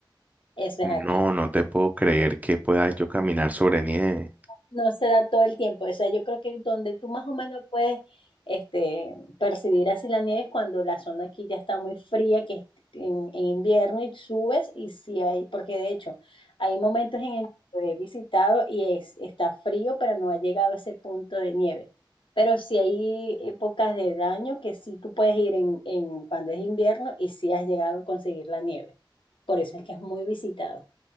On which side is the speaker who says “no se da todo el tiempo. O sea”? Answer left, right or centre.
Left